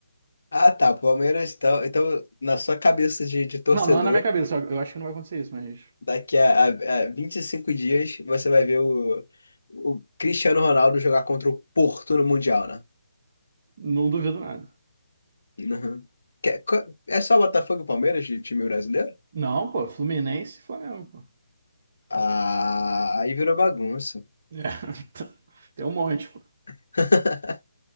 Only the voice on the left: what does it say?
Ah, tá. o Palmeiras, então, então na sua cabeça de, de torcedor.
Daqui a, a, a 25 dias você vai ver o, o Cristiano Ronaldo jogar contra o Porto no Mundial, né?
Uhum. Que- co- É só Botafogo e Palmeiras de time brasileiro?
Ah, aí virou bagunça.
<laughs>